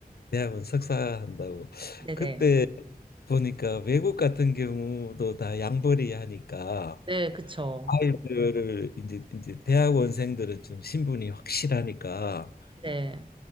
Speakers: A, on the left; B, on the right.
A: 대학원 석사한다고.
B: 네,
A: 그때
B: 네.
A: 보니까 외국 같은 경우도 다 양벌이 하니까
B: 네, 그쵸.
A: 아이들을 이제 이제 대학원생들은 좀 신분이 확실하니까
B: 네.